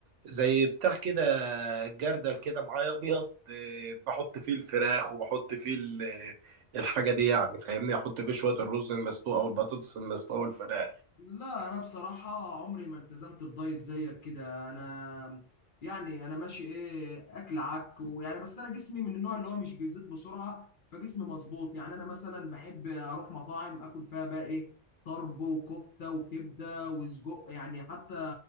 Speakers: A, on the right (about 70°); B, on the left (about 50°).
A: زي بتاع كده جردل كده معايا ابيض آه، بحط فيه الفراخ وبحط فيه ال- الحاجه دي يعني فاهمني احط فيه شويه الرز المسلوق او البطاطس المسلوقه والفراخ
B: لا انا بصراحه عمري ما التزمت بدايت زيك كده انا يعني انا ماشي ايه اكل عك ويعني بس انا جسمي من النوع اللي هو مش بيزيد بسرعه فجسمي مظبوط يعني انا مثلا بحب اروح مطاعم اكل فيها بقى ايه طرب وكفته وكبده وسجق يعني حتى